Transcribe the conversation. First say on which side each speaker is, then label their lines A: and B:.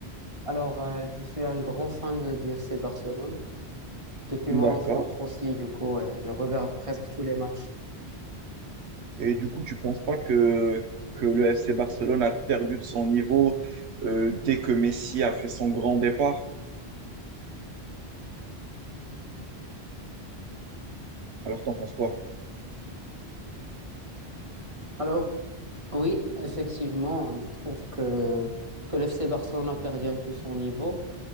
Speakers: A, on the right (about 30°); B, on the right (about 85°).
A: Alors, euh, je suis un grand fan du FC Barcelone. Depuis
B: D'accord.
A: mon enfance aussi, du coup, euh, je regarde presque tous les matchs.
B: Et du coup, tu penses pas que, que le FC Barcelone a perdu de son niveau euh, dès que Messi a fait son grand départ? Alors, t'en penses quoi?
A: Alors, oui, effectivement, euh, je trouve que, que le FC Barcelone a perdu un peu son niveau.